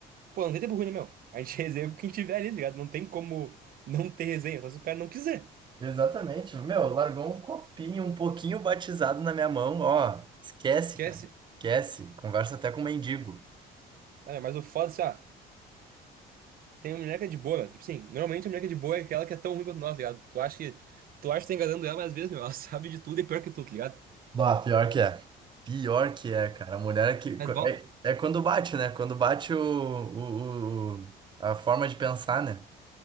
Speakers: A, on the right (about 60°); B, on the right (about 25°).
A: Pô, não tem tempo ruim, né, meu? A gente <laughs> resenha com quem tiver ali, tá ligado? Não tem como não ter resenha, só se o cara não quiser.
B: Exatamente. Meu, largou um copinho um pouquinho batizado na minha mão. Ó, esquece,
A: Esquece.
B: cara. Esquece. Conversa até com o mendigo.
A: Ah, mas o foda, assim, ó, tem uma mulher que é de boa, meu. Tipo assim, normalmente a mulher que é de boa é aquela que é tão ruim quanto nós, tá ligado? Tu acha que, tu acha que tá enganando ela, mas às vezes, meu, ela <laughs> sabe de tudo e é pior que tu, tá ligado?
B: Bah, pior que é. Pior que é, cara. A mulher que.
A: Mas volta.
B: É, é quando bate, né? Quando bate o, o, o- a forma de pensar, né?